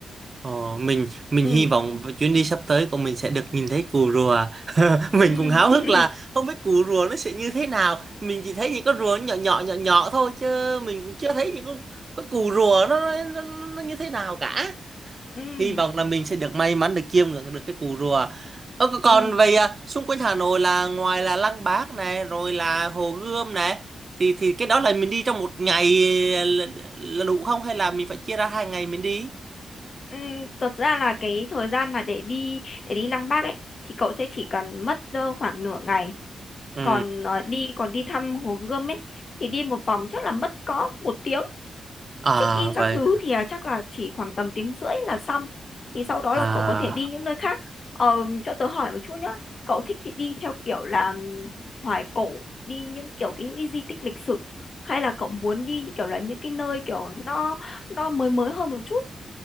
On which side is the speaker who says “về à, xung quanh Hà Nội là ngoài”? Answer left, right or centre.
Right